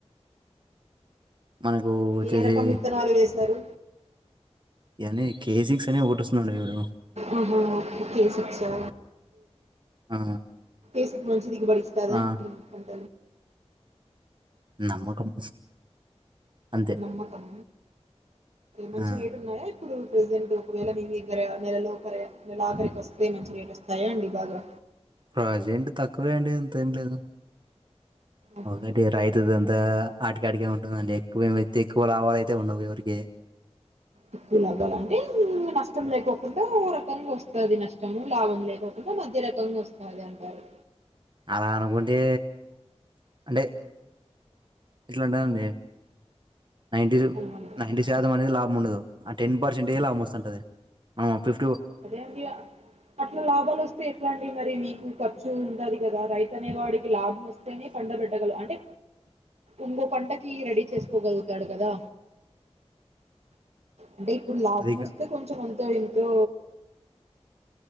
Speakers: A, on the right (about 45°); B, on the right (about 75°).
A: మనకు వచ్చేసి
B: ఏ రకం విత్తనాలు వేస్తారు
A: ఎనీ కే సిక్స్ అనే ఒకటి వస్తున్నాండి చూడు
B: ఆహ కే సిక్ ఆ
A: ఆ
B: ఓకే బదిగుబడీస్తాడా
A: ఆ
B: అండి
A: నమ్మకం అంతే
B: నమ్మకం మంచి
A: ఆ
B: రేటు ఉన్నాయా ఇప్పుడు ప్రెజెంట్ ఒకవేళ నీ దగ్గర నెల లోకరి నెల ఆఖరికి వస్తే మంచి రేట్ వస్తాయా అండి బాగా
A: ప్రాజేటి తక్కువే అండ్డి ఎంతేం లేదు
B: ఆహా.
A: ఒకటి రైతు దం త ఆటికాడికే ఉంటుందండి ఎక్కువతే ఎక్కువ లాభాల అయితే ఉండవు ఎవరికి
B: ఎక్కువ భాలంటే నష్టం లేకోకుండా ఓ రకంగా వస్తుది నష్టము లాభం లేకోకుండా మధ్య రకంగా వస్తది అంటారు
A: అలా అనుకుంటే అంటే ఇట్లాంటుందండి నైంటి
B: అవును.
A: నైంటి శాతం అనేది లాభం ఉండదు టె పర్సెట్ ఆల్మోస్ట్ అంటంది ఆ ఫిఫ్
B: అదే అండి అట్లా లాభాలు వస్తే ఎట్లా అండి మరి మీకు ఖర్చు ఉండదు కదా రైతు అనేవాడి లాభం వస్తేనే పండబిట్టగల అంటే ఇంగో పంటకి రెడీ చేసుకోగలుగుతాడు కదా అంటే ఇప్పుడు లాభం
A: అదిగా
B: వస్తే కొంచెం అంతో ఇంతో